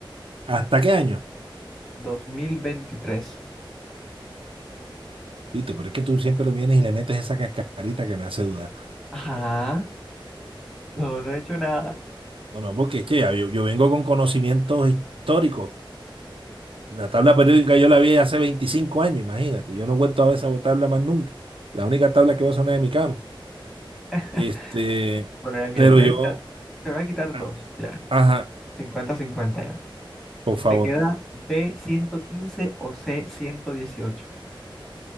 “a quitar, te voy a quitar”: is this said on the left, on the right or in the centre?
Centre